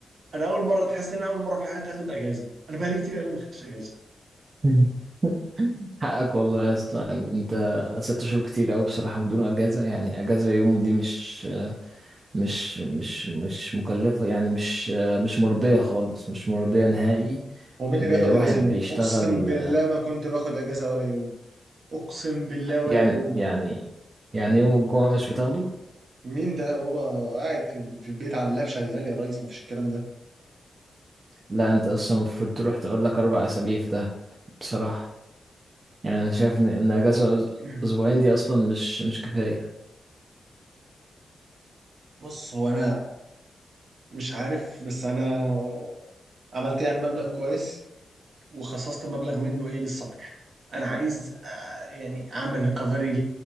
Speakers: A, on the right; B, on the right.
A: انا اول مره تحس ان أنا اول مره في حياتي اخد اجازه انا بقالي كتير قوي ما خدتش اجازه
B: <laughs> حقك والله يا اسطى يعني انت ست شهور كتير قوي بصراحة بدون اجازة يعني اجازة يوم دي مش مش مش مش مكلفة يعني مش مش مرضية خالص مش مرضية نهائي
A: ومين اللي
B: لواحد
A: بياخد اجازه يوم
B: بيشتغل
A: اقسم بالله ما كنت باخد اجازه ولا يوم اقسم بالله ولا
B: يعني
A: يوم
B: يعني يعني يوم الجمعة مش بتاخده
A: مين ده يا بابا قاعد في في البيت على اللاب شغال يا ريس مفيش الكلام ده
B: لا انت اصلا المفروض تروح تقعد لك اربع اسابيع في ده بصراحة يعني انا شايف ان ان اجازة أس-
A: <laughs>
B: اسبوعين دي اصلا مش مش كفاية
A: بص هو انا مش عارف بس انا عملت يعني مبلغ كويس وخصصت مبلغ منه ايه للسفر انا عايز آه، يعني اعمل ريكفري